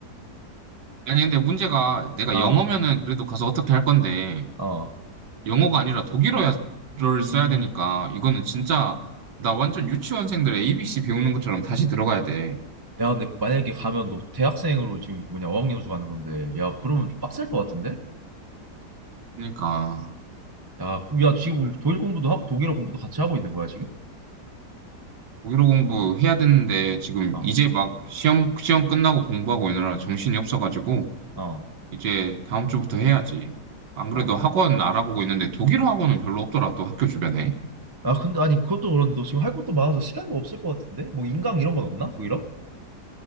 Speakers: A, on the right; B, on the right.
A: 아니, 근데 문제가 내가
B: 어.
A: 영어면은 그래도 가서 어떻게 할 건데,
B: 어.
A: 영어가 아니라 독일어를
B: 음.
A: 써야 되니까, 이거는 진짜, 나 완전 유치원생들 ABC 배우는 것처럼 다시 들어가야 돼.
B: 야 근데 만약에 가면 너 대학생으로 지금 뭐냐 어학연수 가는 건데 야 그러면 좀 빡셀 것 같은데?
A: 그러니까,
B: 야, 그럼 야 지금
A: 그
B: 독일 공부도 하고 독일어 공부도 같이 하고 있는 거야 지금?
A: 독일어 공부해야 되는데, 지금
B: 어.
A: 이제 막 시험, 시험 끝나고 공부하고 이느라 정신이 없어가지고,
B: 어,
A: 이제 다음 주부터 해야지. 안 그래도
B: 어.
A: 학원 알아보고 있는데, 독일어 학원은 별로 없더라, 또 학교 주변에.
B: 아, 근데, 아니, 그것도 그런데 너 지금 할 것도 많아서 시간도 없을 것 같은데? 뭐, 인강 이런 건 없나? 오히려?